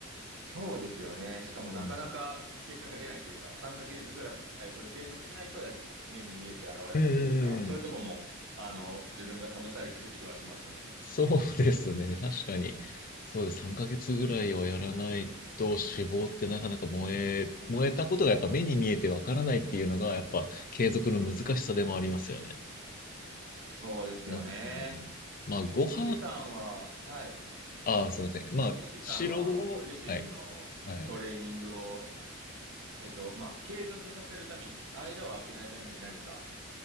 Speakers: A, on the right (about 65°); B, on the left (about 40°).
A: そうですよね。しかもなかなか結果が出ないというか、
B: うんう
A: 3ヶ月ぐらいそれを継続しないとや目に見えて現れないというか、
B: んうんうん。
A: そういうとこも、あの、自分が試されてる気はしますね。
B: そうですね。確かに。そうです。3ヶ月ぐらいはやらないと脂肪ってなかなか燃え、燃えたことがやっぱ目に見えてわからないっていうのがやっぱ継続の難しさでもありますよね。
A: そうですよね。
B: うん。まあご飯、
A: よしさんは、はい。
B: ああ、
A: あ、
B: すいません。
A: すみません。
B: まあ、
A: ヨシさんはご自身のトレーニングを、
B: 白ご、はい、はい。
A: えっと、まあ、継続させるために、間を空けないために何か